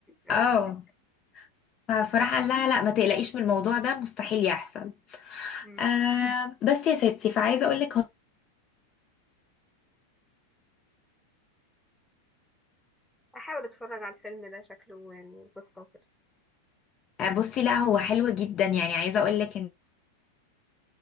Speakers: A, in the centre; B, on the left.
A: اه
B: اه ف- فراح قال لها لا ما تقلقيش من الموضوع ده مستحيل يحصل
A: أمم.
B: آه بس يا ستي فعايزه اقول لك
A: احاول اتفرج على الفيلم ده شكله يعني قصة وكده
B: بصي لا هو حلو جدا يعني عايزه اقول لك ان